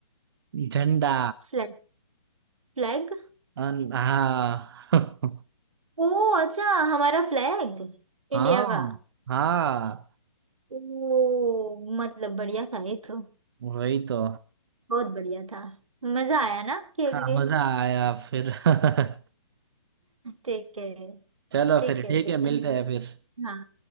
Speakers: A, on the right; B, on the right.
A: झंडा
B: फ्लैग फ्लैग
A: अन- हाँ <laughs>
B: ओ अच्छा हमारा फ्लैग इंडिया
A: हाँ
B: का
A: हाँ
B: ओ मतलब बढ़िया था ये तो
A: वही तो
B: बहुत बढ़िया था मजा आया ना खेल
A: हाँ
B: के
A: मजा आया फिर <laughs>
B: ठीक है
A: चलो
B: ठीक
A: फिर
B: है
A: ठीक
B: तो
A: है
B: चलिए
A: मिलते हैं फिर
B: हाँ